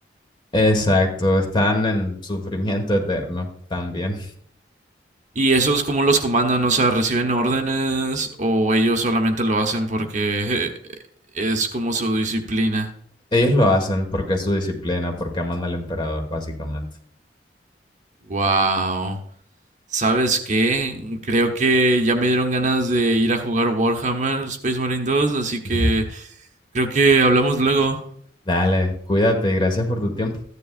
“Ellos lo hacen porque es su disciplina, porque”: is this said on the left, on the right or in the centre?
Left